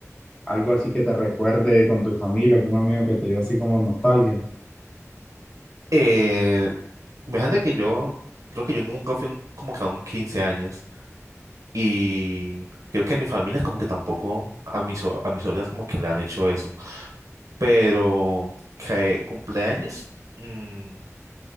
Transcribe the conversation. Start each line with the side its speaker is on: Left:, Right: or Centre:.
Left: algo así que te recuerde con tu familia, con un amigo que te dio así como nostalgia.
Right: Eh, imagínate que yo, creo que yo nunca fui un- como que a un quince años y creo que a mi familia es como que tampoco a mis, so- a mis sobrinas como que le han hecho eso. Pero que cumpleaños, mm,